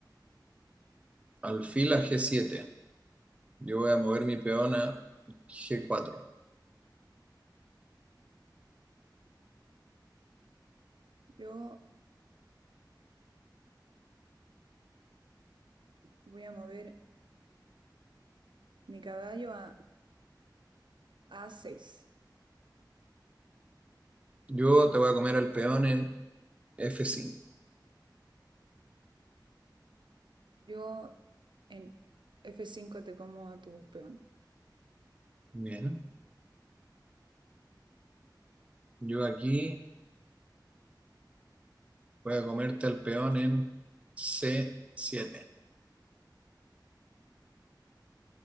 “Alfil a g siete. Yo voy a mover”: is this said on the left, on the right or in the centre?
Right